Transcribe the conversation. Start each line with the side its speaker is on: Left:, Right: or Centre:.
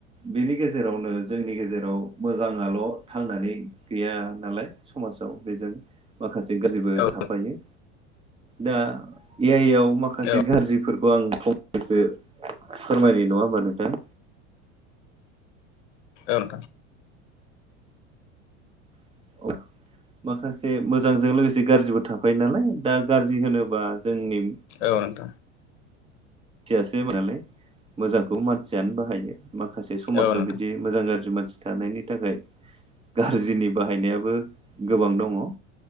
Right: बेनि गेजेरावनो जोंनि गेजेराव मोजाङाल' थांना नै गैया नालाय समासाव बेजों माखा से गाज्रिबो
Left: औ
Right: थाफायो। दा ए आइ आव माखासे
Left: औ
Right: गाज्रिफोरखौ आं फंनैसो फोरमायबाय। नङा होमबा नोंथां?
Left: ओं
Right: <inaudible> माखासे मोजांजों लोगोसे गाज्रिबो थाफायो नालाय दा गाज्रि होनोबा जोंनि
Left: औ नोंथां
Right: थियासो बानालाय मोजांखौ मानसियानो बाहायो माखासे समाजाव
Left: औ नोंथां
Right: बिदि मोजां गाज्रि जि मानसि थानायनि थाखाय गाज्रिनि बाहायनायाबो गोबां दङ